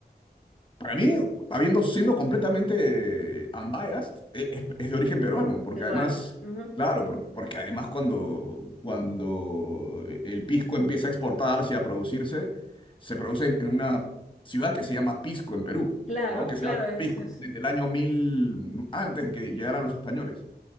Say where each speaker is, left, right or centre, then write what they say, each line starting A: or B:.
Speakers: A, on the left; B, on the left.
A: Para mí, habiendo siendo completamente unbiased, e- es, es de origen peruano, porque
B: Peruano.
A: además,
B: Ujú,
A: claro, por- porque además cuando, cuando el pisco empieza a exportarse y a producirse, se produce en, en una ciudad que se llama Pisco en Perú,
B: Claro,
A: ¿no? Que se
B: claro,
A: llama
B: es,
A: Pisco
B: es-
A: desde el año 1000 antes de que llegaran los españoles.